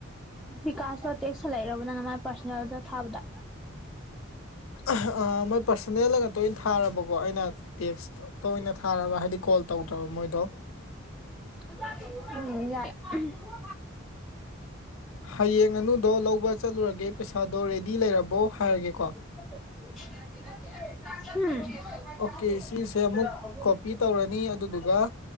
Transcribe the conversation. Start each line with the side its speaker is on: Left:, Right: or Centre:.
Centre: ꯕꯤꯀꯥꯁꯍꯣ ꯇꯦꯛꯁ ꯍꯜꯂꯛꯏꯔꯕ ꯅꯪꯅ ꯃꯥꯏ ꯄꯥꯔꯁꯣꯅꯦꯜꯗ ꯊꯥꯕꯗ꯫
Left: ꯑꯍꯥ ꯑ ꯃꯥꯏ ꯄꯥꯔꯁꯅꯦꯜꯂꯒ ꯉꯛꯇ ꯑꯣꯏꯅ ꯊꯥꯔꯕꯀꯣ ꯑꯩꯅ ꯇꯦꯛꯁꯇ ꯇ ꯑꯣꯏꯅ ꯊꯥꯔꯒ ꯍꯥꯏꯗꯤ ꯀꯣꯜ ꯇꯧꯗ꯭ꯔꯕ ꯃꯣꯏꯗꯣ
Centre: <inaudible>
Left: ꯍꯌꯦꯡ ꯉꯥꯅꯨꯗꯣ ꯂꯧꯕ ꯆꯠꯂꯨꯔꯒꯦ ꯄꯩꯁꯥꯗꯣ ꯔꯦꯗꯤ ꯂꯩꯔꯕꯣ ꯍꯥꯏꯔꯒꯦꯀꯣ꯫
Centre: ꯍꯨꯝ_ __
Left: ꯑꯣꯀꯦ ꯁꯤꯁꯦ
Centre: <unintelligible>
Left: ꯑꯃꯨꯛ ꯀꯣꯄꯤ ꯇꯧꯔꯅꯤ ꯑꯗꯨꯗꯨꯒ